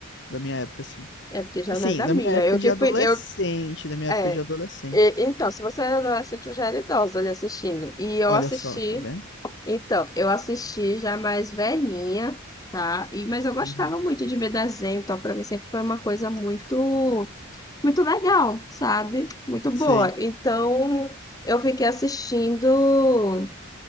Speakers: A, on the left; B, on the left.
A: Da minha época, sim.
B: é porque já
A: Assim,
B: não é da
A: na
B: minha.
A: minha época
B: Eu
A: de
B: que
A: adolescente,
B: fui, eu
A: na minha
B: É,
A: época de adolescente.
B: E- então, se você era adolescente, eu já era idosa ali assistindo. E eu
A: Olha
B: assisti,
A: só, tá vendo?
B: então, eu assisti já mais velhinha, tá? E, mas eu gostava
A: Uhum.
B: muito de ver desenho, então pra mim sempre foi uma coisa muito, muito legal, sabe? Muito boa.
A: Sei.
B: Então, eu fiquei assistindo